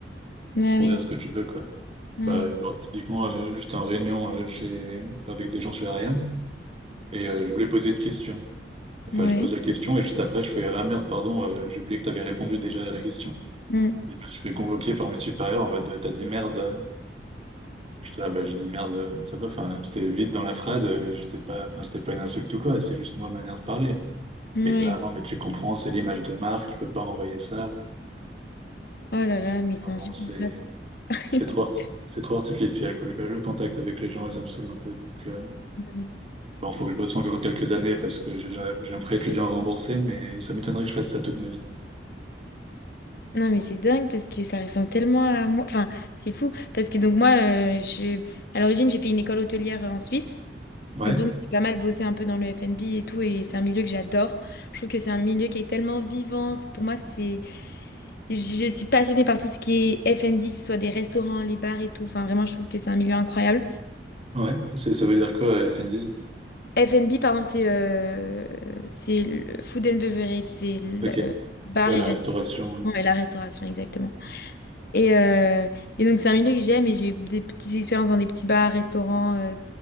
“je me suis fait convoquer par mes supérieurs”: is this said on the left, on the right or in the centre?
Right